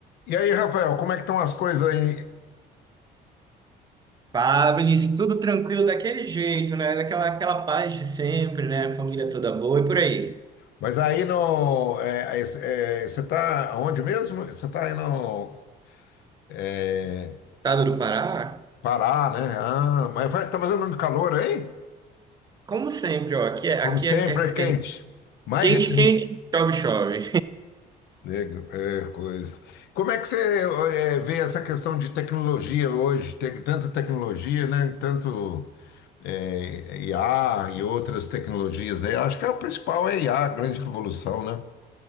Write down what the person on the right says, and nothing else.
Fala, Vinícius, tudo tranquilo daquele jeito, né? Daquela aquela paz de sempre, né? Família toda boa e por aí.
Estado do Pará,
como sempre, ó, aqui é,
aqui
é, é-
é
quente,
quente, chove, chove.